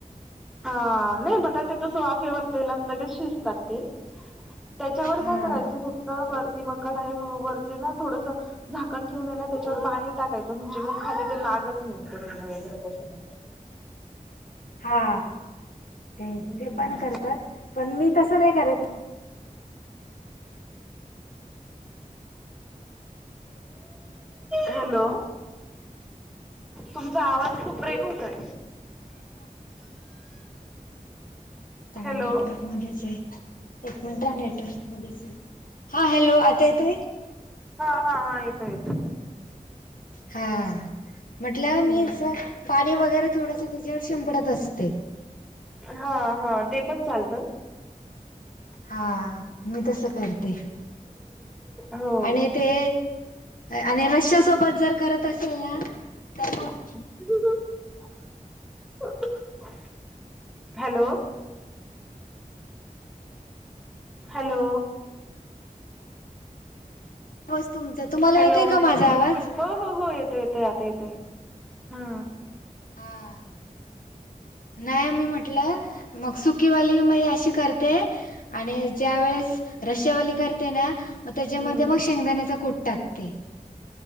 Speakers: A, in the centre; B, on the left.
A: हा नाही बटाटे तस वाफेवर तेलात लगेच शिजतात ते त्याच्यावर
B: हा
A: काय करायचं फक्त वरती मकड आहे वरती ना थोडस झाकण ठेवून ये ना त्याच्यावर पाणी टाकायचं म्हणजे मग खाली ते लागत नाही तरला वगैरे कशाला
B: हा ते
A: हम्म
B: ते पण करतात पण मी तसं नाही करत
A: हॅलो तुमचा आवाज खूप ब्रेक होतय हॅलो
B: नेटवर्क <unintelligible> मध्येच आहे एक मिनट नेटवर्क मध्ये हा हॅलो आता येतोय
A: हा हा हा येतो येतोय
B: हा म्हटलं
A: हम्म
B: मी पाणी वगैरे थोडस त्याच्यावर शिंपडत असते
A: हा हा ते पण चालत
B: हा मी तस करते
A: हो
B: आणि ते आणि रश्या सोबत जर करत असेल ना तर मग
A: हं हं हं. हॅलो हॅलो
B: आवाज तुमचा तुम्हाला
A: हॅलो
B: येतोय का माझा
A: हो
B: आवाज?
A: हो हो येतो येतो आता येतो हा
B: हा नाही मी म्हटलं मग सुकीवाली मी अशी करते ते आणि ज्या वेळेस रशेवाली करते ना मग त्याच्यामध्ये
A: हम्म
B: मग शेंगदाण्याचा कूट टाकते